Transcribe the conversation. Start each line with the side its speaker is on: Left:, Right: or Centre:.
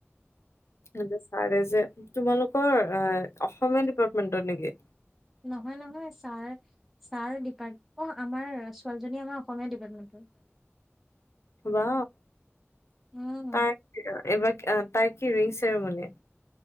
Left: হ ব! তাৰে যে তোমালোকৰ অসমীয়া ডিপাৰ্টমেন্টৰ নেকি?
Centre: নহয় নহয় ছাৰ ছাৰ ডিপাৰ্ট অ আমাৰ ছোৱালীজনী আমাৰ অসমীয়া ডিপাৰ্টমেন্টৰ
Left: ব
Centre: উম
Left: তাই এবাৰ তাই কি ৰিং চেৰমনিয়,